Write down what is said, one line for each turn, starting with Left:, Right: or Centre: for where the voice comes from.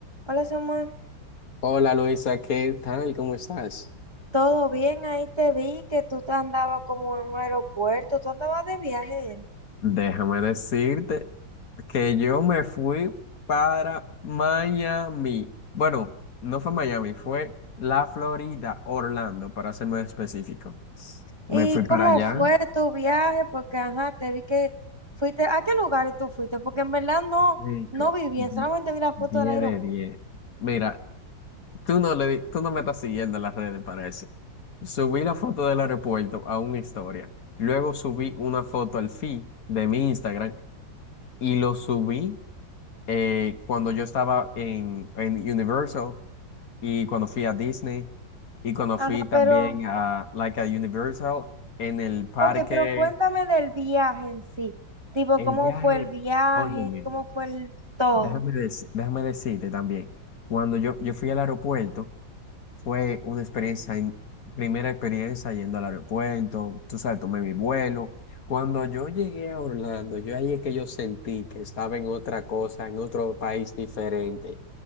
Right: Hola Samuel,
Left: Hola Luisa, ¿qué tal? ¿Cómo estás?
Right: ¿todo bien? Ahí te vi que tú te andabas como en un aeropuerto, tú andabas de viaje. era.
Left: Déjame decirte que yo me fui para Miami. Bueno, no fue Miami, fue la Florida, Orlando, para ser más específico. Me
Right: ¿Y
Left: fui para
Right: cómo
Left: allá.
Right: fue tu viaje? Porque, ajá, te vi que fuiste, ¿a qué lugares tú fuiste? Porque en verdad no,
Left: Rico,
Right: no vi bien,
Left: di-
Right: solamente vi la
Left: 10
Right: foto del aeropuerto.
Left: de 10. Mira, tú no le, di- tú no me estás siguiendo en las redes, parece. Subí la foto del aeropuerto a una historia. Luego subí una foto al feed de mi Instagram y lo subí. eh, cuando yo estaba en, en Universal y cuando fui a Disney y cuando
Right: Ajá,
Left: fui también
Right: pero,
Left: a, like a Universal en el parque,
Right: ok, pero cuéntame del viaje en sí, tipo,
Left: el
Right: ¿cómo
Left: viaje,
Right: fue el viaje?
Left: óyeme,
Right: ¿Cómo fue el todo?
Left: déjame, deci- déjame decirte también, cuando yo, yo fui al aeropuerto, fue una experiencia, in- primera experiencia yendo al aeropuerto, tú sabes, tomé mi vuelo. Cuando yo llegué a Orlando, yo ahí es que yo sentí que estaba en otra cosa, en otro país diferente.